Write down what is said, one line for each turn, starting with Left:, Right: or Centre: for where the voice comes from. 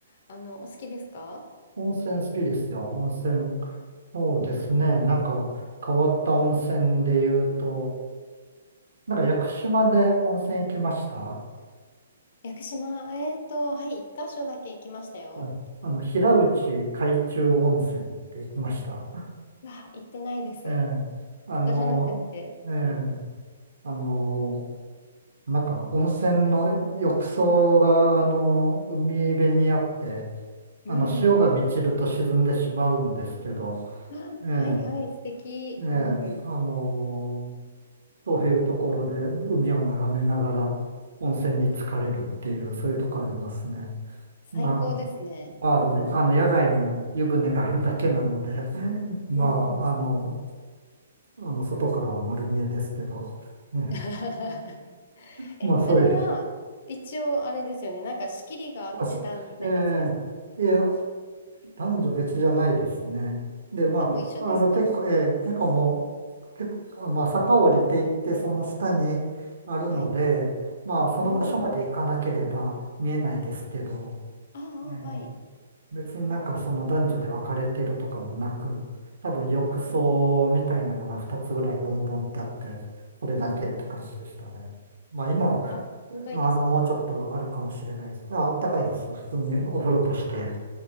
Left: あの、お好きですか
Right: 温泉好きですよ。温泉。そうですね。なんか変わった温泉で言うと、なんか屋久島で温泉行きました。
Left: 屋久島、えーと、はい、一箇所だけ行きましたよ。
Right: うん。あの、平内海中温泉って行きました。
Left: いや、行ってないです。
Right: ええあの、
Left: そこじゃなくって。
Right: ええ
Left: うん。
Right: あの、なんか温泉の浴槽が、あの、海辺にあって、
Left: うん。
Right: あの、潮が満ちると沈んでしまうんですけど、
Left: あ、
Right: ええ、
Left: はいはい、素敵。
Right: ええ、
Left: うん。
Right: あのーそういうところで海を眺めながら温泉に浸かれるっていう、
Left: あ
Right: そういうとこありますね。
Left: 最高ですね。
Right: まあ、まあでも、あの、野外に湯船があるだけなので、まあ、
Left: うんうんうん。
Right: あの、あの、外からは丸見えですけど、ね、
Left: <laughs> え、
Right: まあそういう、
Left: それは一応あれですよね。なんか仕切りがあって男女で別です。
Right: あしええ、いや、男女別じゃないですね。で、まあ、
Left: あ、もう一緒ですか。
Right: あの、結構、えー結構もう、結構、まあ、坂を降りていって、その下にあるので、
Left: はい。
Right: まあ、その場所まで行かなければ見えないですけど、
Left: うーん。ああ、
Right: えー
Left: はい。へ
Right: 別になんかその男女で分かれてるとかもなく、多分浴槽みたいなのが2つぐらいボンボンってあって、
Left: ー
Right: それだけって感じでしたね。
Left: うんうんうん。
Right: まあ、今、
Left: あ、高いですか。
Right: あの、もうちょっとあるかもしれないです。あ、あったかいです。普通にお風呂として。